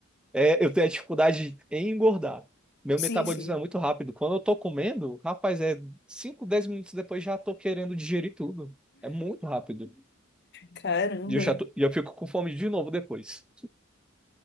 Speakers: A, in the centre; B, on the left (about 55°).
A: é, eu tenho a dificuldade em engordar. Meu
B: Sim,
A: metabolismo
B: sim.
A: é muito rápido. Quando eu tô comendo, rapaz, é 5 10 minutos depois já tô querendo digerir tudo. É muito rápido.
B: Caramba.
A: E eu já tô- e eu fico com fome de novo depois.